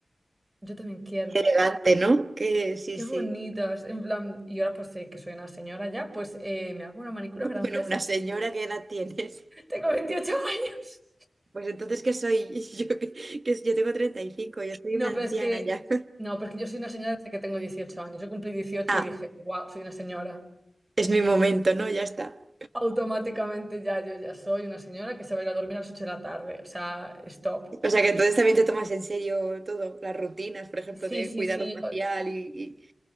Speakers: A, on the right (about 20°); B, on the right (about 50°).
A: yo también quiero.
B: Elegante, ¿no? Que sí,
A: Qué
B: sí.
A: bonitas, en plan, y ahora pues eh, que soy una señora ya, pues eh, me hago una manicura
B: <laughs> Bueno,
A: francesa.
B: una señora, ¿qué edad tienes?
A: Tengo 28 <laughs> años.
B: Pues entonces, ¿qué soy? <laughs> Yo, que, que yo tengo 35, yo soy
A: No,
B: una
A: pero
B: anciana
A: es que,
B: ya. <laughs>
A: no, pero es que yo soy una señora desde que tengo 18 años. Yo cumplí dieciocho
B: Ah,
A: y dije, wow, soy una señora.
B: es mi momento, ¿no? Ya está.
A: Automáticamente ya, yo ya soy una señora que se va a ir a dormir a las 8 de la tarde. O sea, stop.
B: O sea que entonces también te tomas en serio todo, las rutinas, por ejemplo,
A: Sí,
B: de
A: sí,
B: cuidado
A: sí.
B: facial y, y-